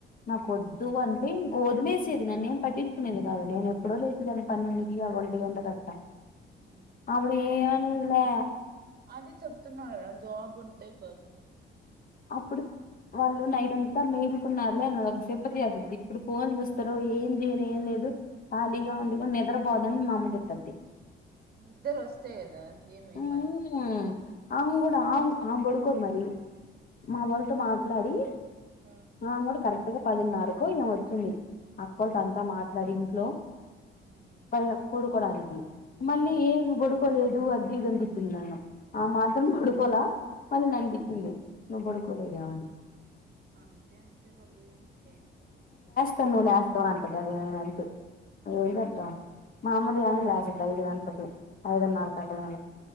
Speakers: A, on the left (about 45°); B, on the right (about 50°).
A: నాకొద్దు
B: మ్మ్
A: అం వదిలేసేది నన్ను ఏం పట్టించుకునేది కాదు నేను ఎప్పుడో లేసేదిాన్ని పన్నెంకి ఒంటి గంట కట్టా
B: మ్మ్
A: అప్పుడు ఏమనేదిలే
B: అది చెప్తున్నా కదా జాబ్ ఉంటే ఒక రకంగా చూస్తరు
A: అప్పుడు వాళ్ళు నైట్ అంతా మేలుకున్నారులే అ నాదిొ ఒక సింపతి చేస్తుంది ఇప్పుడు ఫోన్ చూస్తారు ఏం చేయరు ఏం లేదు ఖాళీగా ఉండి నిద్రపోోదని మామ తిట్టుద్ది
B: నిద్దరోస్తే కదా ఏమి
A: మ్మ్
B: మంట
A: ఆమె నకూడా ఆవ్ ఆవ్ పడుకోదు మరి మా వాళ్ళతో మాట్లాడి
B: మ్మ్
A: ఆ కూడా కరెక్ట్గా పదిన్నరకో ఏమో వచ్చింది అక్కోల్తో అంతా మాట్లాడి ఇంట్లో
B: హ్మ్
A: ప పడుకోడానికి మళ్ళీ ఏం పడుకోలేదు అది ఇదని తీటింది నన్ను ఆ మాత్రం పడుకోలా వాళ్ళు నన్ను తీటింది నువ్వు పడుకోలేదా అని
B: అంతే అంతే వాళ్ళు ఎం సేన్
A: కన్ నువ్ లేస్తావ అంటుంది అదేమొ నైట్ ఎం
B: మ్మ్
A: చేద్దాం
B: హ్మ్
A: మామూలుగానే
B: ఆ అంతే
A: లేసిద్ధి ఐదు గంటలకు ఐదున్నరక టై ల